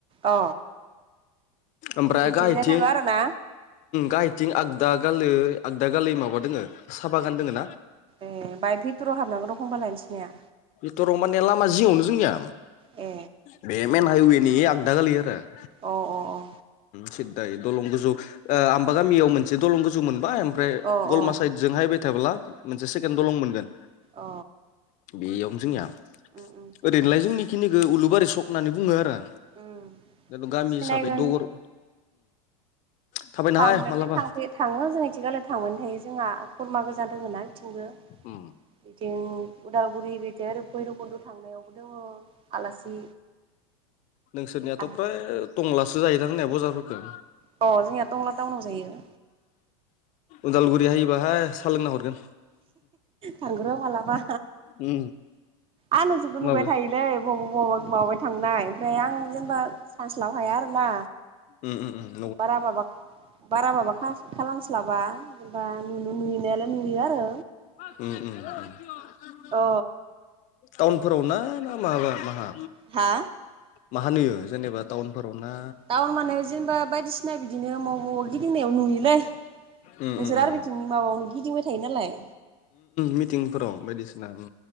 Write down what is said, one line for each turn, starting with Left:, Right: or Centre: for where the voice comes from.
Right: अ
Left: ओमफ्राय
Right: बिथिंजाय
Left: गाहायथिं
Right: थाङो आरो ना
Left: गाहथिं आगदा गालै आगदा गालै माबा दोङ साहा बागान दोङ ना
Right: ए बमाय भिटराव हाबनांगोन रखम्बा लायनोसैनाया
Left: दरं माने लामा जिआवनो जोंनिया
Right: ए
Left: बे मेन हाइवेनि आगदा गालिया दा <inaudible>
Right: अ अ अ
Left: सिददायो दलं गोजौ आमबा गामियाव मोनसे दलं गोजौ मोनबाय ओमफ्राय
Right: अ
Left: गलमा
Right: अ
Left: साइद जों हायबाय थाब्ला मोनसे सेकेणड दलं मोनगोन
Right: अ
Left: बेयावनो जोंनिया
Right: उम उम
Left: ओरैनोलाय जोंनिखिनिखौ उलुबारि सक होननानै बुङो आरो आं
Right: उम
Left: द गामि
Right: सिनायगोन
Left: दगर थाबायनो
Right: थांनायनानै
Left: हाय मालाबा
Right: थांफै थाङो जों एथिगाल थांबायानो थायो जोंहा खुरमा गोजा दोङ ना बिथिंबो
Left: उम
Right: बिदिनो उदालगुरि बिदि आरो भैरबकुन्द' थांनायावबो दङ आलासि
Left: नोंसोरनियाथ'
Right: आलासि
Left: फ्राय
Right: दं
Left: दंलासो जाहदां होननाया बजारफोरखौो
Right: अ जोंनिया टंला टाउनाव जायो
Left: उदालगुरि हायोबाहाय साहा लोंना हरगोन
Right: थांग्र मलाबा
Left: उम
Right: आं जोबो
Left: माबे
Right: नुबाय थायोलै बबा बबावबा माबाय थांनाय ओमफ्राय आं जेनेबा फानस्लाब हाया आरोना
Left: ओ ओ ओम
Right: बार बाबा बारा माबा खालामस्लाबा जेनबा नु नुयनायालाय नुयो आरो
Left: उ उ
Right: अ
Left: टाउनफोराव ना ना माबा माहा
Right: हा
Left: मा होन होयो जेनेबा टाउनफोराव ना
Right: दाउन माने जेनेबा बायदिसिना बिदिनो मावबाव गिदिंनायाव नुयोलै
Left: उम
Right: नोंसोर
Left: उम उम
Right: आरो बिथिंनि माबायावनो गिदिंबाय थायो नालाय
Left: मिटिंफोराव बायदिसिना